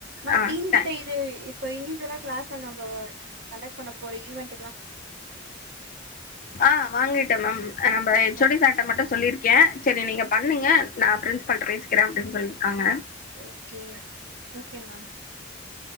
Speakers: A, on the right (about 60°); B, on the left (about 45°).
A: ma'am
B: ஆ
A: டீன்
B: தேங்க்ஸ்
A: கிட்ட இது இப்ப இன்டிஜ்வலா கிளாஸ்ல நம்ப வ கண்டக்ட் பண்ண போற ஈவெண்ட்
B: ஆ வாங்கிட்டே மேம் நம்ப ஹெச்சோடி
A: ஓ
B: சார்ட மட்டு சொல்லிருக்கே செரி நீங்க பண்ணுங்க நா பிரின்ஸ்பால்ட்ட பேசிக்கிறே அப்படின் சொல்லிருக்காங்க
A: ஓகே ஓகே மேம்